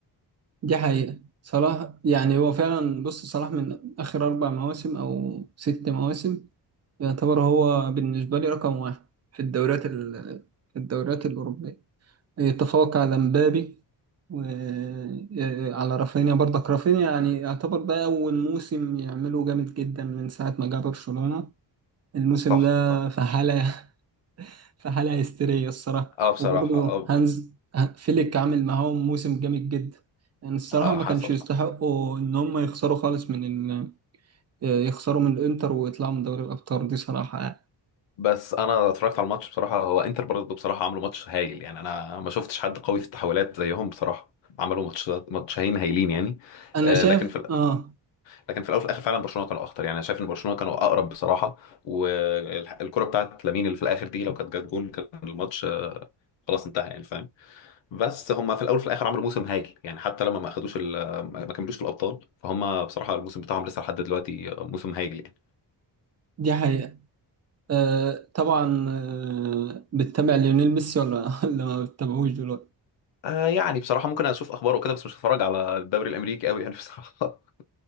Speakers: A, on the right (about 35°); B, on the left (about 90°).
A: دي حقيقة صلاح يعني هو فعلا بص صلاح من آخر أربع مواسم أو ست مواسم يعتبر هو بالنسبة لي رقم واحد في الدوريات ال... في الدوريات الأوروبية يتفوق على مبابي وعلى رافينيا برضك رافينيا يعني يعتبر ده أول موسم يعمله جامد جدا من ساعة ما جه برشلونة الموسم
B: صح
A: ده
B: صح
A: في حالة في حالة هستيرية الصراحة
B: اه بصراحة
A: وبرضه
B: اه
A: هانز فليك عامل معاهم موسم جامد جدا يعني الصراحة
B: آه،
A: ما
B: حصل
A: كانش يستحقوا إن هم يخسروا خالص من ال... يخسروا من الإنتر ويطلعوا من دوري الأبطال دي صراحة يعني.
B: بس انا اتفرجت على الماتش بصراحه هو انتر برضه بصراحه عملوا ماتش هايل يعني انا ما شفتش حد قوي في التحولات زيهم بصراحه عملوا ماتش ماتشين هايلين يعني
A: أنا
B: آه،
A: شايف
B: لكن في ال-
A: آه
B: لكن في الاول وفي الاخر فعلا برشلونه كانوا اخطر يعني انا شايف ان برشلونه كانوا اقرب بصراحه والكره بتاعت لامين اللي في الاخر دي لو كانت جت جون كان الماتش آه، خلاص انتهى يعني فاهم بس هم في الاول وفي الاخر عملوا موسم هايل يعني حتى لما ما اخدوش ال- ما كملوش في الابطال فهم بصراحه الموسم بتاعهم لسه لحد دلوقتي موسم هايل يعني.
A: دي حقيقة آه طبعا آه بتتابع ليونيل ميسي ولا <laughs> ولا ما بتتابعوش دلوقتي
B: آه يعني بصراحة ممكن أشوف أخباره وكده بس مش هتفرج على الدوري الأمريكي أوي يعني بصراحة <laughs>